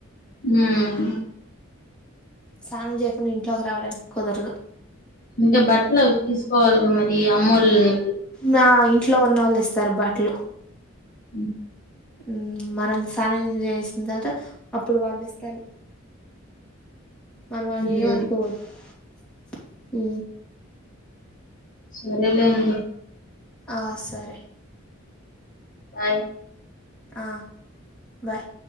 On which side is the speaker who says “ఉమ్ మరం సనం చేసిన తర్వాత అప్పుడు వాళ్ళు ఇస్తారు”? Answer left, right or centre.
Centre